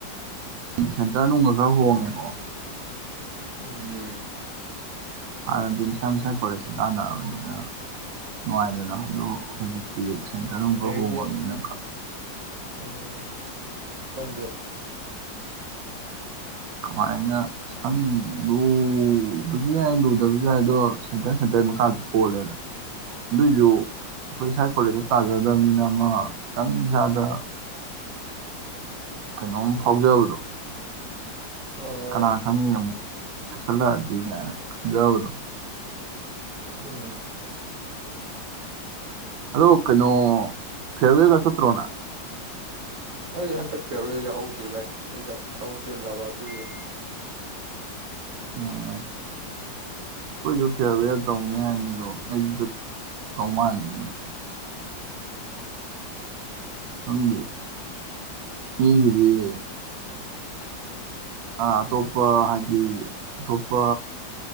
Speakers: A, on the right; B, on the right.
A: ꯁꯦꯟꯇꯔ ꯅꯨꯡꯒ ꯈꯔ ꯍꯣꯡꯉꯦꯀꯣ
B: ꯎꯝ
A: ꯍꯥꯟꯅꯗꯤ ꯃꯁꯥꯏ ꯃꯁꯥꯏ ꯀꯔꯦꯁ ꯇꯥꯟꯅꯑꯕꯅꯤꯅ ꯅꯨꯡꯉꯥꯏꯗꯅ ꯑꯗꯨ ꯍꯧꯖꯤꯛꯇ ꯁꯦꯟꯇꯔꯅꯨꯡ
B: ꯑꯗꯩꯗꯤ
A: ꯈ ꯍꯣꯡꯉꯕꯅꯤꯅ
B: ꯎꯝ ꯍꯗꯌꯥ
A: ꯀꯃꯥꯏꯅ ꯑꯁ ꯈꯪ ꯂꯨꯕꯁꯨ ꯌꯥꯏ ꯂꯨꯗꯕ ꯗꯣ ꯁꯦꯟꯇꯔ ꯁꯦꯟꯇꯔ ꯏꯁꯥꯁꯨ ꯀꯣꯜꯂꯦꯅ ꯑꯗꯨꯏꯁꯨ ꯑꯩꯈꯣꯏ ꯏꯁꯋꯥꯥꯏ ꯀꯣꯂꯦꯖꯇ ꯇꯥꯖꯗꯕꯅꯤꯅ ꯑꯃ ꯈꯤꯇꯪ ꯏꯁꯥꯗ ꯀꯩꯅꯣꯝ ꯐꯥꯎꯖꯕꯗꯣ
B: ꯍꯣꯏ
A: ꯀꯅꯥ ꯈꯪꯉ ꯑꯃꯨꯣ ꯁꯂꯗꯤ ꯀꯥꯏꯅꯖꯎꯗ
B: ꯎꯝ
A: ꯑꯗꯣ ꯑꯣ ꯀꯩꯅꯣ ꯐꯋꯦꯒ ꯁꯠꯇ꯭ꯔꯣꯅ
B: ꯑꯩ ꯍꯟꯗꯛ ꯐꯦꯕꯔꯤ ꯌꯥꯎꯍꯧꯗꯦ ꯚꯥꯏ ꯑꯩꯗꯣ ꯊꯕꯛ ꯆꯦꯜꯂꯕ ꯑꯗꯨꯒꯤ
A: ꯎꯝ ꯑꯩꯈꯣꯏꯁꯨ ꯐꯤꯌꯥꯔ ꯦꯦꯜ ꯇꯧꯅꯤ ꯍꯥꯏꯕꯅꯤꯗꯣ ꯑꯩꯁꯨ ꯆ ꯇꯧ ꯃꯟꯜꯂꯤꯅꯦ ꯍꯗꯦ ꯃꯤꯒꯗꯤ ꯑꯇꯣꯞꯄ ꯍꯥꯏꯗꯤ ꯑꯇꯣꯞꯄ